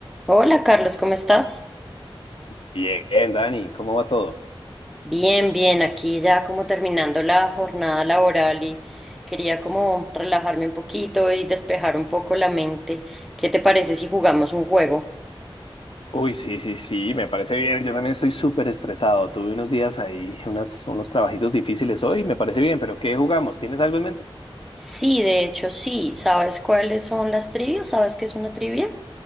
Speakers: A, in the centre; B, on the left.
A: Hola Carlos, ¿cómo estás?
B: Bien, Dani, ¿cómo va todo?
A: Bien, bien, aquí ya como terminando la jornada laboral y quería como relajarme un poquito y despejar un poco la mente. ¿Qué te parece si jugamos un juego?
B: Uy, sí, sí, sí, me parece bien. Yo también estoy súper estresado. Tuve unos días ahí, unas, unos trabajitos difíciles hoy, me parece bien, pero ¿qué jugamos? ¿Tienes algo en mente?
A: Sí, de hecho sí. ¿Sabes cuáles son las trivias? ¿Sabes qué es una trivia?